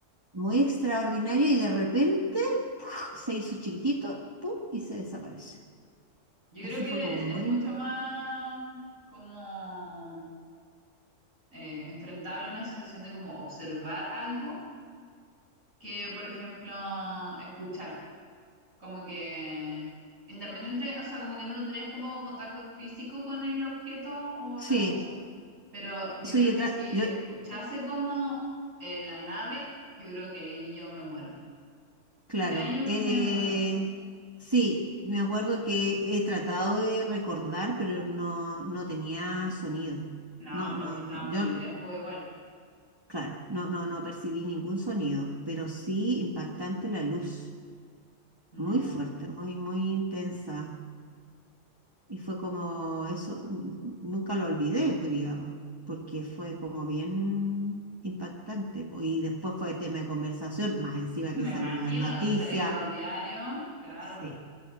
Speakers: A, on the right (about 20°); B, on the right (about 85°).
A: muy extraordinario y de repente ¡puf! se hizo chiquitito, ¡pum! y se desapareció.
B: yo
A: Así
B: creo que
A: fue como
B: es,
A: muy...
B: es mucho más como eh, enfrentable una situación de como observar algo que, por ejemplo, escuchar. Como que independiente, o sea, como que no tendrías como contacto físico con el objeto o
A: Sí,
B: la cosa, pero yo
A: eso
B: creo
A: yo,
B: que
A: tra-
B: si
A: yo
B: escuchase como en la nave, yo creo que ahí yo me muero.
A: claro,
B: Ya yo
A: eh,
B: me muero.
A: sí, me acuerdo que he tratado de recordar, pero no, no tenía sonido.
B: No,
A: No, no,
B: porque estaba
A: no,
B: muy
A: yo,
B: lejos igual.
A: claro, no, no, no percibí ningún sonido, pero sí impactante la luz,
B: ya
A: muy fuerte, muy, muy intensa. Y fue como eso, n- nunca lo olvidé, pues digamos, porque fue como bien impactante. pues, Y después fue tema de conversación, más encima
B: <laughs> Me
A: que salió
B: imagino
A: en las noticias.
B: si salieron los diarios, claro.
A: Sí,